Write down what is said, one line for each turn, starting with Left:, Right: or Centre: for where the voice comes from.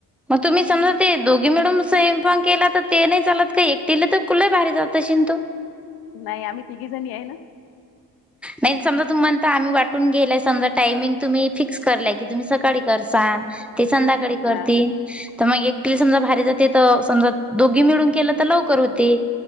Centre: मग तुम्ही समजा ते दोघी मिळून स्वयंपाक केला, तर ते नाही चालत का? एकटीला तर लय भारी जात असेन तो.
Left: नाही आम्ही तिघी जणी आहे ना.
Centre: नाही समजा तुम्ही म्हणता आम्ही वाटून घेलाय समजा टायमिंग तुम्ही फिक्स करलाय, की तुम्ही सकाळी करसान. ते संध्याकाळी
Left: हा.
Centre: करतील. तर मग एकटिल समजा भारी जाते. तर समजा दोघी मिळून केलं त लवकर होती.